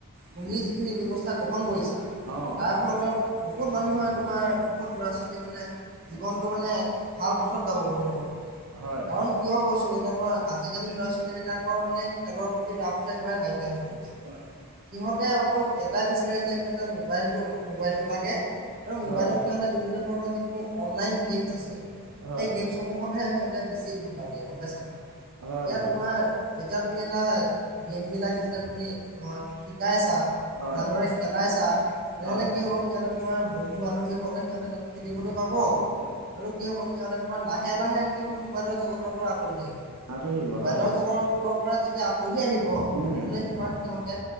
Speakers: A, on the right; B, on the right.
A: তুমি যিখিনি ব্যৱস্থা গ্ৰহণ কৰিছা
B: অঁ
A: তাৰফলতে বহুত মানুহে তোমাৰ বহুত ল'ৰা-ছোৱালী মানে জীৱনটো মানে ভাল পথত যাব বুলি মই ভাবো
B: হয়
A: কাৰণ কিয় কৈছো এতিয়া তোমাৰ আজিকালি ল'ৰা-ছোৱালীবিলাকৰ মানে খেলৰ প্ৰতি ৰাপটো একেবাৰে নাইকিয়া হৈ গ'ল। হয়। সিহঁতে অকল এটাই বিচাৰে যে সিহঁতে মোবাইলটো মোবাইলটো লাগে, আৰু মোবাইলত
B: হয়
A: সিঁহতে বিভিন্ন ধৰণৰ যিসমূহ অনলাইন গেমছ আছে
B: হয়
A: সেই গেমছ সমূহতহে সিহঁতে বেছি ধান্দা দিয়ে গম পাইছা নাই
B: হয়
A: এতিয়া তোমাৰ যেতিয়া তুমি এটা গেমবিলাক যেতিয়া তুমি শিকাইছা
B: হয়
A: ভালদৰে
B: হয়
A: খেলাইছা তেনেহ'লে
B: হয়
A: কি হ'ব সিহঁতে তোমাৰ বন্ধু-বান্ধৱীৰ সৈতে সিহঁতে তাত খেলিবলৈ পাব হয় আৰু কি হ'ব সিহঁতে তোমাৰ লাহে লাহে কি হ'ব মোবাইলৰ জগতৰ পৰা আঁতৰি আহিব
B: আঁতৰিব
A: মোবাইলৰ
B: হয়
A: জগতৰ পৰা যে যেতিয়া আঁতৰি আহিব
B: উম
A: তেনেহ'লে কি হয় সিহঁতে